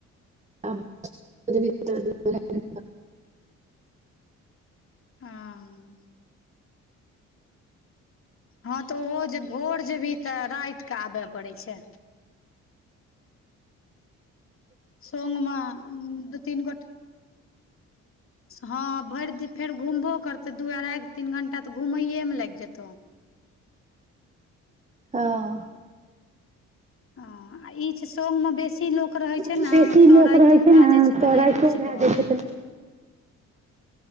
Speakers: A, on the right; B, on the left.
A: <inaudible>
B: हांऽ। ह तऽ ओहो जे भोर जेबही तऽ रातिके आबय पड़ैय छैय। संगमे दु- तीन गोट ह भरि दिन फेर घुमबो करतय, दु- अढ़ाइ तीन घंटा तऽ घुमैयैमे लागि जेतौ।
A: हांऽ।
B: ह आ इ छैय संग मे बेसी लोक रहेय छैय
A: बेसी
B: ने, तऽ
A: लोक
B: राइतो
A: रहै छै
B: भैऽ
A: ने
B: जाय छैय तऽ नै
A: राइतो
B: रहेय छैय
A: भए
B: डर।
A: जाइ छै तऽ <inaudible>